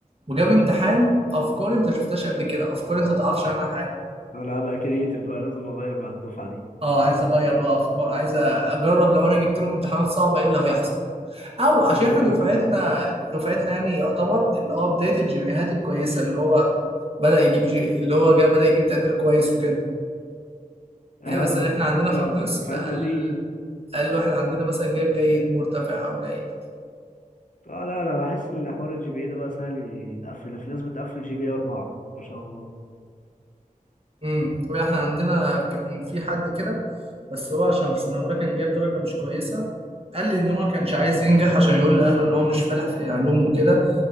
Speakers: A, on the right; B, on the left.
A: وجاب امتحان افكار انت شفتهاش قبل كده افكار انت تعرفش عنها حاجه
B: انا هبقى كرييتيف بقى لازم اغير مع الدفعة دي
A: اه عايز اغير بقى افكار عايز اجرب لو انا جبت لهم امتحانات صعبه ايه اللي هيحصل او
B: لازم
A: عشان احنا
B: اخليهم
A: دفعتنا
B: يفكروا
A: دفعتنا يعني يعتبر اللي هو بدايه الجي بي ايهات الكويسه اللي هو بدا يجيب جي... اللي هو جا... بدا يجيب تقدير كويس وكده يعني
B: احنا
A: مثلا
B: د-
A: احنا
B: دفعتنا
A: عندنا في القسم
B: دفعتنا
A: اقل
B: دي
A: اقل واحد عندنا مثلا جايب جيد مرتفع او جيد
B: اه لا انا بحس ان حوار الجي بي اي ده بقى سهل يتقفل في ناس بتقفل جي بي اي أربعة ما شاء الله
A: امم احنا عندنا كان في حد كده بس هو عشان في سنه اولى كان جايب درجه مش كويسه قال لي ان هو كانش عايز ينجح عشان يقول لاهله ان هو مش فالح في علوم وكده